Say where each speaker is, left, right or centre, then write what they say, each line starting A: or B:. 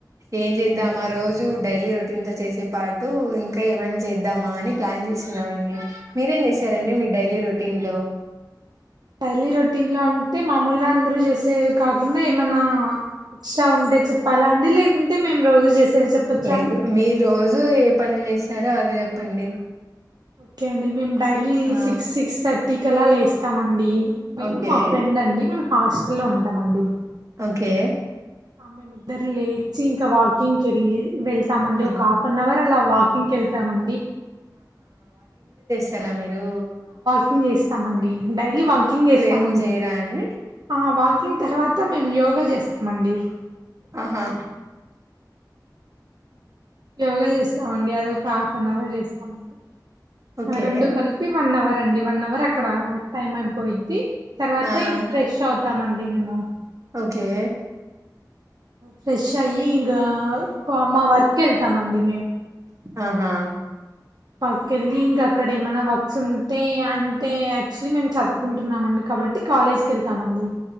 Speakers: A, on the right; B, on the right.
A: ఏం చేద్దామా రోజు డైలీ రొటీన్ తో చే సె పాటు ఇంకా ఏమైనా చేద్దామా అని ప్లాన్ చేస్తున్నామండి మీరేం చేసారండి మీ డైలీ రొటీన్ లో
B: డైలీ రొటీన్ లో అంటె మామూలుగా అందరు చేసే కాకుండా ఏమన్నా ఎక్సట్రా ఉంటే చెప్పాలా అండి లేకుంటె మేము రోజు చేసేవె చెప్పచ్చా
A: లైక్
B: అండి
A: మీరు రోజు ఏ పనులు చేశారొ అదే చెప్పండి
B: ఓక్కె అండి మేము డైలీ
A: ఆ
B: సిక్స్ సిక్స్ థర్టీ కలా లేస్తాం అండి మేము
A: ఓకే
B: మా ఫ్రెండ్ అండి మేమ్ హాస్టల్లొ లొ ఉండమండి
A: కే
B: ఆమే నిద్ర లేచి ఇంక వాకింగ్ కెళ్ళి వెళ్తామండి
A: ఆ
B: ఒక హాఫ్ అన్ అవర్ అలా వాకింగ్ కెళ్తామండి
A: తరా మీరూ
B: కింగ్ చేస్తామండి డైలీ వాకింగ్ చేస్తామండి
A: ఏం చేయరా అండి
B: అహ్ వా కింగ్ తర్వాత మేము యోగా చేస్తామండి
A: ఆహా
B: యోగా చేస్తామండి అదొక హాఫ్ అన్ అవర్ చేస్తామండి
A: ఓకే
B: ఆ రెండు కలిపి వన్ అవర్ అండి వన్ అవర్ అక్కడ టైం అయిపోయిద్ది తర్వాత
A: ఆ
B: ఇంక ఫ్రెష్ అవుతామండి మేము
A: ఓకే
B: ఫ్రెష్ అయ్యి ఇంకా మా వర్క్ వెళ్తామండి
A: ఆహా
B: పక్కెళ్ళి ఇంకా అక్కడేమన్న వర్క్స్ ఉంటే అంటే యాక్చువలీ మేము చదువుకు కుంటున్నామండి కాబట్టి కాలేజ్కి ఎళ్తామండి